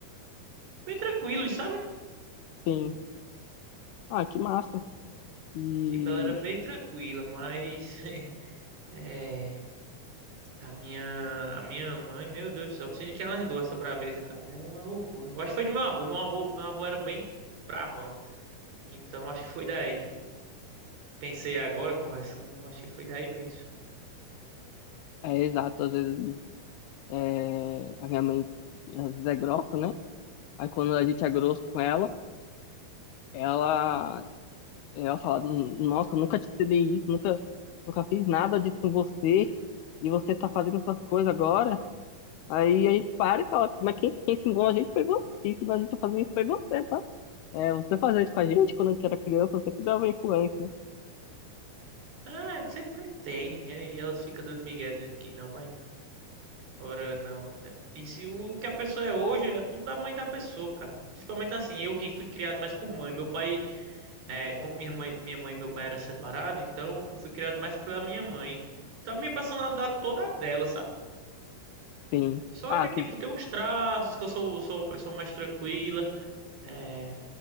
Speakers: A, on the right; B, on the left.
A: Bem tranquilo, sabe?
B: Sim. Ah, que massa. E
A: Tipo, ela era bem tranquila, mas. <laughs> É, a minha, a minha mãe, meu Deus do céu, não sei nem quem ela herdou essa brabeza, cara. É uma loucura. Eu acho que foi do meu avô. Meu avô, meu avô era bem bravão. Então acho que foi daí. Pensei agora conversando, acho que foi daí mesmo.
B: é exato, às vezes é, a minha mãe às vezes é grossa, né? Aí quando a gente é grosso com ela, ela Ela fala, nossa, eu nunca te cedei isso, nunca, nunca fiz nada disso com você, e você tá fazendo essas coisas agora. Aí a gente para e fala, mas quem, quem ensinou a gente foi você, quem ensinou a gente a fazer isso foi você, tá? É, você fazia isso com a gente quando a gente era criança, você que dava influência.
A: Ah, sempre tem. é, E elas ficam dando migué dizendo que não, mas ora não. né? E se o o que a pessoa é hoje é tudo da mãe da pessoa, cara. Principalmente assim, eu que fui criado mais por mãe. Meu pai É, como minha mãe, minha mãe e meu pai eram separados, então eu fui criado mais pela minha mãe. Então a minha personalidade toda é dela, sabe?
B: Sim.
A: Só
B: Ah,
A: que, tipo,
B: que
A: tem uns traços que eu sou, sou uma pessoa mais tranquila. É,